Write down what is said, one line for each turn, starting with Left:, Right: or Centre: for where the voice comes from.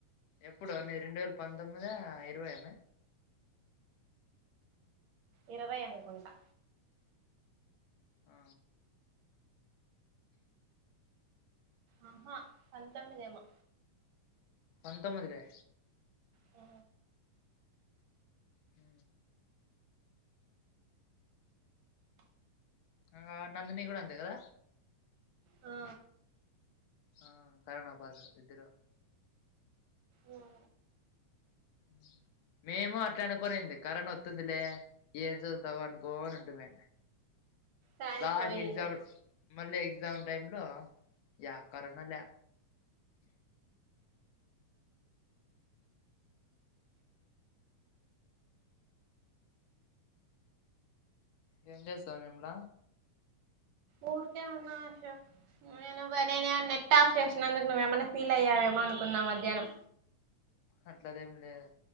Left: ఎప్పుడు నీది రెండు వేల పంతొమ్మిద ఇరవైఆ మే
Right: ఇరవై అనుకుంటా
Left: ఆ
Right: ఆహా పంతొమ్మిది ఏమో
Left: పంతొమ్మిది లే
Right: ఆ
Left: ఊ ఆ నందిని గూడా అంతే గదా
Right: ఆ
Left: ఆ కరోణ పాసు ఇద్దరు
Right: యా
Left: ఉ మేము అట్లే అనుకోనింది కరోన వొత్తుందిలే ఏం సదువుతావు అనుకోని ఉంటిమి
Right: కానీ
Left: లాట్కి
Right: పోయింది
Left: ఎగ్జా మళ్ళీ ఎగ్జామ్ టైమ్ంలో యా కరోనా లా ఏం జేస్తావ్ నిర్మల
Right: ఊరికే వున్నా అశోక్ నేను <unintelligible> నెట్ ఆఫ్ చేసినందుకు నువ్వేమన్నా ఫీల్ అయ్యావేమో అనుకున్నా మధ్యానం
Left: అట్లాదేం లేదు